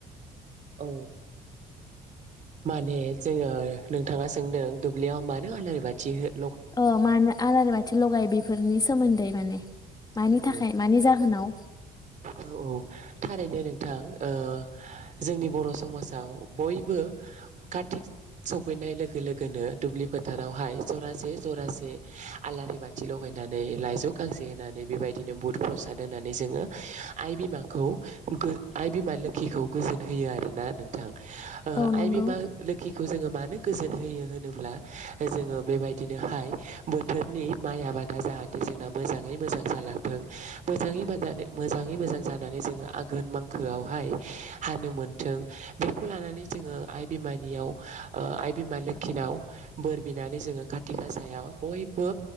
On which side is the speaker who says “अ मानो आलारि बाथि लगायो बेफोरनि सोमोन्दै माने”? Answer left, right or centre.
Left